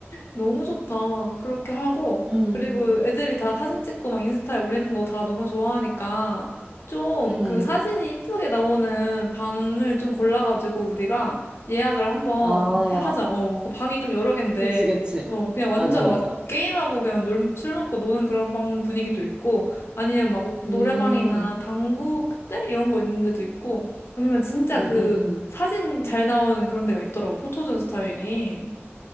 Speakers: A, on the left; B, on the right.
A: 너무 좋다. 그렇게 하고,
B: 음,
A: 그리고 애들이 다 사진 찍고 막 인스타에 올리는 거 다 너무 좋아하니까, 좀
B: 음.
A: 그 사진이 이쁘게 나오는 방을 좀 골라가지고 우리가 예약을 한번
B: 아,
A: 해- 하자. 어, 그 방이 좀 여러 갠데,
B: 그치, 그치.
A: 어, 그냥 완전
B: 맞아, 맞아.
A: 막 게임하고 그냥 놀, 술 먹고 노는 그런 방 분위기도 있고, 아니면 막 노래방이나
B: 음,
A: 당구 그때? 이런 거 있는 데도 있고, 아니면 진짜
B: 음,
A: 그
B: 음, 음.
A: 사진 잘 나오는 그런 데가 있더라고. 포토존 스타일이.